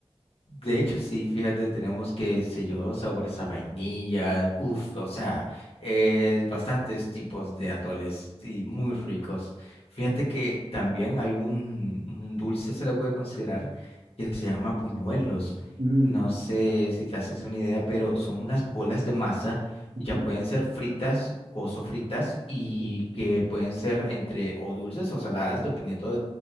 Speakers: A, on the left; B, on the right.
A: De hecho, sí, fíjate, tenemos que, sé yo, sabores a vainilla, uff, o sea, eh, bastantes tipos de atoles y muy ricos. Fíjate que también hay un, un dulce, se le puede considerar, que se llama buñuelos.
B: Mm,
A: No sé si te haces una idea, pero son unas bolas de masa,
B: ujú,
A: ya pueden ser fritas o sofritas y
B: ujú,
A: que pueden ser entre o dulces o saladas, dependiendo